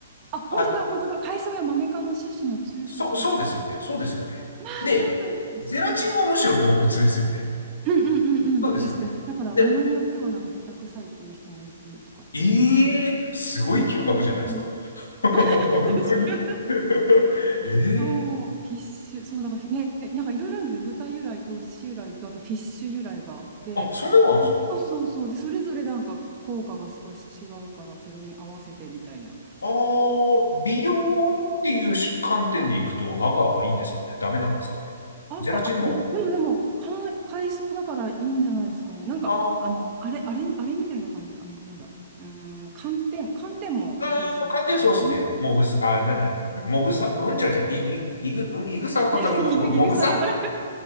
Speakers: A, on the right; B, on the left.
A: あ、本当だ、
B: あ、
A: 本当だ。海藻やマメ科の種子の抽出物。
B: そう、そうですよね。そうですよね。
A: ああ、
B: で、
A: そうなんだ。知らなかった。
B: ゼラチンはむしろ動物ですよね。
A: うんうんうんうん。
B: そうですよね。
A: ですです。だから、
B: で、
A: ものによってはなんか豚臭いっていう人もいるとかって。
B: ええーすごい嗅覚じゃないですか。
A: そう <laughs>
B: <laughs> 本当に
A: 確かに。
B: <laughs> ええ
A: そう、フィッシュ、そう、だからフィね、なんかいろいろあるんですね。豚由来と牛由来と、あとフィッシュ由来があって、
B: あ、それなんですか
A: それ、そうそうそう、で、それぞれなんか効果が少し違うから、それに合わせてみたいな。
B: ああー、美容にっていう観点でいくと、アガーはいいんですかねダメなんですかねゼラチンの方は
A: あ、か、あ、いや、でもでも、か、海藻だからいいんじゃないですかね。なんか、
B: あ
A: あの、あれ、あれ、あれみたいな感じ、あの、なんだ、うーん、寒天、寒天も海藻ですね。
B: あ、ああ、寒天そうですね。もぐさ、あ、なんだ、もぐさうん、ちゃうちゃう、い、い、いぐ、うん、いぐさは畳か。
A: いぐさ畳み、
B: うん、もぐさ